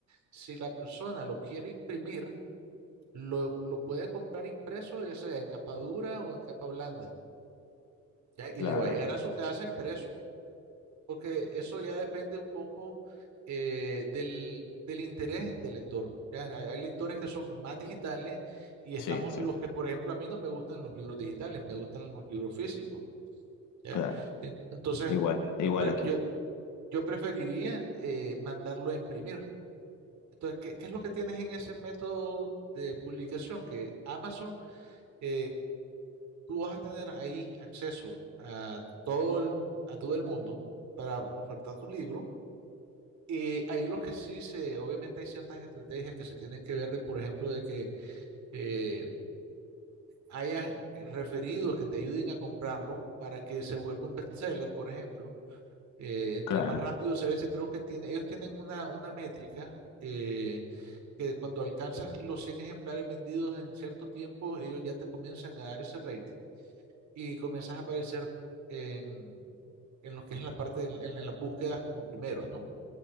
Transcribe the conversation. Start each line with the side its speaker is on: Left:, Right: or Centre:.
Right: si la persona lo quiere imprimir, lo, lo puede comprar impreso, ya sea en capa dura o en capa blanda, ¿ya? Y
Left: Claro.
Right: le va a llegar a su casa impreso, porque eso ya depende un poco eh, del, del interés del lector. ¿ya? Hay hay lectores que son más digitales y
Left: Sí,
Right: estamos
Left: sí.
Right: los que, por ejemplo, a mí no me gustan los libros digitales, me gustan los libros físicos. ¿ya?
Left: Claro.
Right: En- Entonces,
Left: Igual, igual
Right: yo, pre-
Left: aquí.
Right: yo, yo preferiría eh, mandarlo a imprimir. Entonces, ¿qué, qué es lo que tienes en ese método de publicación? Que Amazon, eh, tú vas a tener ahí acceso a todo el, a todo el mundo para ofertar tu libro. Eh, ahí lo que sí se, obviamente hay ciertas estrategias que se tienen que ver de, por ejemplo, de que eh, haya referidos que te ayuden a comprarlo para que se vuelva un bestseller, por ejemplo eh, entre
Left: Claro,
Right: más rápido a veces creo que tiene, ellos tienen una, una métrica eh, que cuando alcanzas los 100 ejemplares vendidos en cierto tiempo, ellos ya te comienzan a dar ese rating y comienzas a aparecer en, en lo que es la parte, de- en, en las búsquedas como primeros, ¿no?